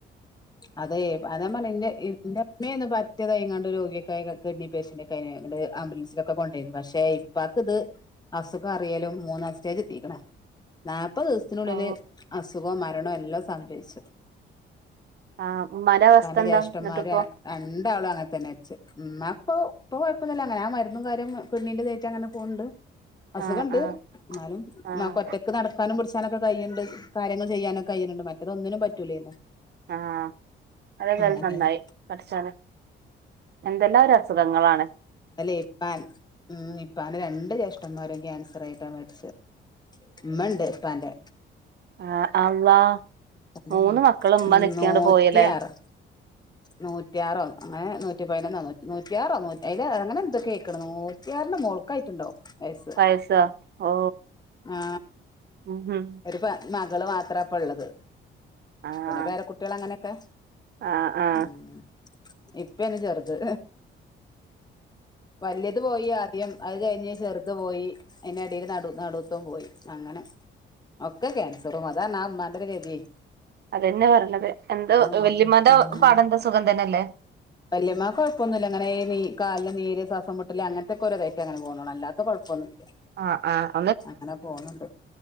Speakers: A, on the left; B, on the right.
A: അതെ പ്പ അതേ പറഞ്ഞ ന്റെ എന്റെ മ്മേ ഒന്ന് പറ്റിയത ഇങ്ങാണ്ട് രോഗിയ ഒക്കെ കിഡ്നി പേഷ്യന്റ് ഒക്കെ കൊണ്ട് ആംബുലൻസി ഒക്കെ കൊണ്ടേരുന്നു പക്ഷെ ഇ പ്പാക്ക്ത് അസുഖം അറിയലും മൂന്നാം സ്റ്റേജെത്തീക്ക്‌ണ് നാപ്പത് ദിവസത്തിനുള്ളില്
B: ഓ
A: അസുഖോ മരണോം എല്ലോം സംഭവിച്ച്
B: ആഹ്‌ പ്പമ്മാന്റെ അവസ്ഥന്താ
A: ഇപ്പാന്റെ ജ്യേഷ്ഠന്മാര്
B: ന്നട്ട്പ്പോ
A: രണ്ടാളും അങ്ങനെ തന്നെ മരിച്ചത് ഉം അപ്പോ ഇപ്പൊ കോയപ്പൊന്നും ഇല്ല അങ്ങനെ ആ മരുന്നും കാര്യം കുഞ്ഞിന്റ് തേച്ച് എങ്ങാനും പൊണ്ട് അസുഖണ്ട്
B: ആഹ് ആഹ്
A: ന്നാലും
B: ആഹ്
A: നമ്മുക്ക് ഒറ്റക്ക് നടക്കാനും പിടിച്ച് ക്കാനൊക്കെ കയ്യ്ണ്ട്. കാര്യങ്ങൾ ചെയ്യാനൊക്കെ കയ്യ്ണ് ണ്ട്. മറ്റതൊന്നിനും പറ്റൂലേന്നു
B: ആഹ്‌ അതേതായാലും
A: അങ്ങനെന്നു
B: നന്നായി. പട്ചോനെ എന്തെല്ലാം ഒരസുഖങ്ങളാണ്
A: അല്ലേ ഇപ്പാൻ ഉം ഇപ്പാന്റെ രണ്ട് ജേഷ്ഠന്മാരും ക്യാൻസറായിട്ടാ മര്ച്ചത് മ്മണ്ട് പ്പാന്റെ
B: ആഹ്‌ അള്ളാ
A: ഇപ്പാന്റെ
B: മൂന്ന്
A: ഇമ്മണ്ട്
B: മക്കള് മ്മ
A: ഉം
B: നിക്കെ
A: നൂറ്റിയാറ്
B: അങ്ങട് പോയിലേ
A: നൂറ്റിയാറോ അങ്ങനെ നൂറ്റി പയ്നൊന്നോ നൂറ്റിയാറോ അയ്ലേ അങ്ങനെ എന്തൊക്കേഅയ്ക്ക്‌ണ് നൂ റ്റി ആറിന്റെ മോൾക്ക് ആയിട്ട്ണ്ടാവും വയസ്സ്
B: എസ ഓ
A: ആ
B: ഉം ഉം
A: ഒരു പ മകള് മാത്ര ഇപ്പള്ളത്
B: ആഹ്
A: പിന്നെ പേരക്കുട്ടികൾ അങ്ങനെക്കെ
B: ആഹ് ആഹ്
A: ഉം. ഇപ്പ അന്നെ ചെറുത് വലിയത് പോയി ആദ്യം അത് കഴിഞ്ഞ് ചെറുത് പോയി അയിനടീൽ നടു നടു ട്ടോ കോയി അങ്ങനെ ഒക്കെ ക്യാൻസറും അതാ ന ഉമ്മാന്റെ ഒരു ഗതിയെ
B: അതെന്നെ പറഞ്ഞത് എന്താ
A: നോക്കാം
B: വല്യമാത
A: ഉം
B: പാടന്ത സുഖം തന്നെ അല്ലേ
A: വല്യമ്മാക്ക് കുഴപ്പൊന്നും ഇല്ല അങ്ങനെ നീ കാലിൽ നീര് ശ്വാസം മുട്ടല് അങ്ങനത്തെ ഒക്കെ ഒരേ രേ ഇതായിട്ട് അങ്ങനെ പോണ് ഒള്ളൂ അല്ലാത്ത കുഴപ്പൊന്നുല്ല്യ
B: ആഹ്‌ ആഹ്‌.
A: അങ്ങനെ പോുന്നുണ്ട്